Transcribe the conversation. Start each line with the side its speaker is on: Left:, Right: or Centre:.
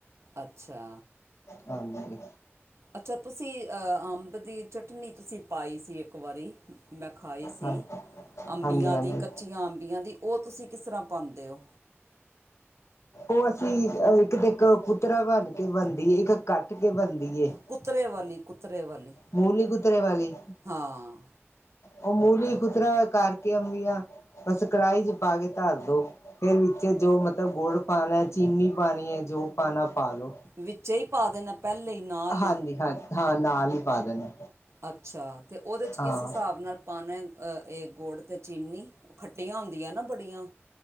Right: ਅੱਛਾ।
Left: ਹਾਂਜੀ।
Right: ਅੱਛਾ ਤੁਸੀਂ ਅ ਅੰਬ ਦੀ ਚਟਨੀ ਤੁਸੀਂ ਪਾਈ ਸੀ ਇੱਕ ਵਾਰੀ। ਮੈਂ ਖਾਈ ਸੀ
Left: ਹਾਂ
Right: ਅੰਬੀਆਂ
Left: ਹਾਂਜੀ ਹਾਂਜੀ
Right: ਦੀ ਕੱਚ ਚੀਆਂ ਅੰਬੀਆਂ ਦੀ ਉਹ ਤੁਸੀਂ ਕਿਸ ਤਰ੍ਹਾਂ ਪਾਉਂਦੇ ਓ।
Left: ਉਹ ਅਸੀਂ ਅ ਇੱਕ ਤੇ ਇੱਕ ਕੁੱਤਰਾ ਕਰਕੇ ਬਣਦੀ ਏ ਇੱਕ ਕੱਟ ਕੇ ਬਣਦੀ ਏ।
Right: ਕੁੱਤਰੇ ਵਾਲੀ ਕੁੱਤਰੇ ਵਾਲੀ।
Left: ਮੂਲੀ ਕੁੱਤਰੇ ਵਾਲੀ,
Right: ਹਾਂ
Left: ਉਹ ਮੂਲੀ ਕੁੱਤਰਾ ਕਰ ਕੇ, ਅੰਬੀਆ ਬਸ ਕੜਾਹੀ, ਚੱ ਪਾ ਕੇ ਧਰ ਦੋ ਫਿਰ ਵਿੱਚ, ਜੋ ਮਤਲਬ ਗੁੜ ਪਾਣਾ -ਚੀਨੀ ਪਾਣੀ ਏ ਜੋ ਪਾਉਣਾ ਪਾ ਲੋ
Right: ਵਿੱਚ ਹੀ ਪਾ ਦੇਣਾ ਪਹਿਲੇ ਹੀ ਨਾਲ ਹੀ
Left: ਹਾਂਜੀ, ਹਾਂ -ਹਾਂ ਨਾਲ ਹੀ ਪਾ ਦੇਣਾ
Right: ਅੱਛਾ, ਤੇ ਉਹਦੇ 'ਚ
Left: ਹਾਂ
Right: ਕਿਸ ਹਿਸਾਬ ਨਾਲ ਪਾਣਾ ਇਹ ਗੁੜ, ਅਤੇ ਚੀਨੀ, ਖੱਟੀਆਂ ਹੁੰਦੀਆਂ ਨਾ ਬੜੀਆਂ